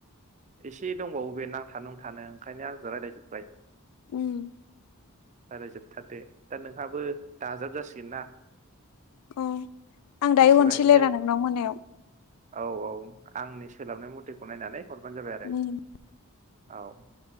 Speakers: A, on the right; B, on the left.
A: एसे दंबावो बेे नांथा नुंथानो ओंखायनो आंजों रायज्लायजोबबाय
B: उम
A: रायज्लायजोबथारदो दा नोंहाबो दाजाब जासिगोन ना
B: औ आं
A: मिथिबाय
B: दायो मोनसे
A: नों
B: रायलायनो नांगोन मोनायाव
A: औ औ आंनि सोलाबनाय मतेखौ नायनानै हरबानो जाबाय आरो
B: उम
A: औ